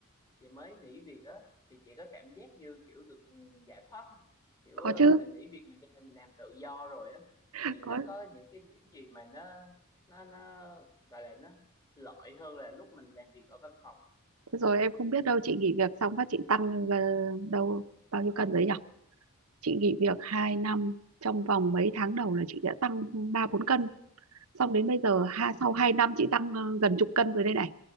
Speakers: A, on the left; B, on the right.
A: chị mới nghỉ việc á thì chị có cảm giác như kiểu được ừ, giải thoát không? Kiểu
B: có
A: ờ,
B: chứ
A: mình nghỉ việc mình ra mình làm tự do rồi á
B: À,
A: thì
B: có
A: nó có những cái điểm gì mà nó nó nó gọi là nó lợi hơn là lúc mình làm việc ở văn phòng.
B: Thế rồi em không biết đâu chị nghỉ việc xong phát chị tăng ờ, đâu bao nhiêu cân đấy nhỉ? Chị nghỉ việc hai năm trong vòng mấy tháng đầu là chị đã tăng 3 4 cân. Xong đến bây giờ ha sau 2 năm chị tăng ờ, gần chục cân rồi đây này.